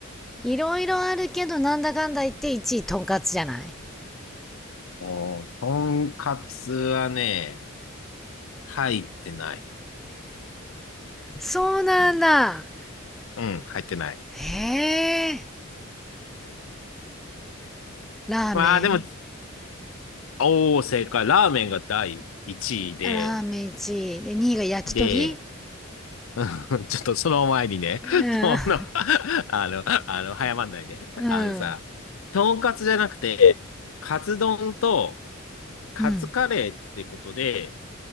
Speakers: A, in the centre; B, on the left.
A: いろいろあるけど、なんだかんだ言って1位とんかつじゃない
B: もう、とんかつはね、入ってない。
A: そうなんだ。
B: うん。うん、入ってない。
A: へえ。ラーメン
B: まあ、でも、おー、正解。ラーメンが第1位で、
A: ラーメン1位。で、2位が焼き鳥
B: で、<laughs> うんちょっとその前にね、
A: うん。
B: <laughs> その、
A: <laughs>
B: あの、あの、早まんないで。
A: うん。
B: あのさ、とんかつじゃなくて、カツ丼とカツカレーってことで
A: うん。